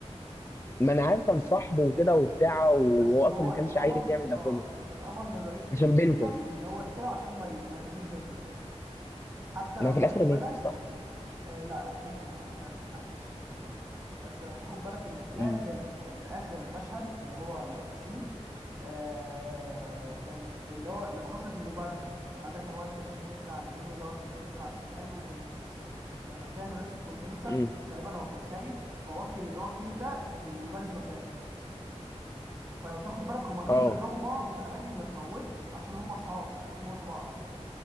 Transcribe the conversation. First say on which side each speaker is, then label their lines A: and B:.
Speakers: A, on the left (about 25°); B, on the right (about 30°).
A: ما انا عارف كان صاحبه وكده وبتاع وهو
B: بس هو
A: اصلا ما
B: اتأمر
A: كانش عايز يعمل ده
B: اه
A: كله
B: اتأمر من رئيس الكونتيننتال
A: عشان بنته
B: ان هو يقتله عشان ما ي- ما يأذوش بنته حتى لو
A: ما في
B: تاخد
A: الاخر ماتت
B: بالك
A: صح
B: آه، لا لا كنت ما جر- ما حدش جه جنبها بس لو تاخد بالك ان في اخر
A: امم
B: في اخر مشهد اللي هو اللاست سين آه كان اللي هو لما حصلت المبارزه لما ده كان واقف 30 متر على اليمين وده واقف 30 متر على الشمال وبالمسدسات لما كان رئيس الكونتيننتال
A: امم
B: غالبا هو كان خايف فوكل اللي هو كين ده يبارز مكانه فلو تاخد بالك هما كانوا
A: اه
B: بيضربوا بعض في اماكن ما تموتش عشان هما اصحاب مش عايزين يموتوا بعض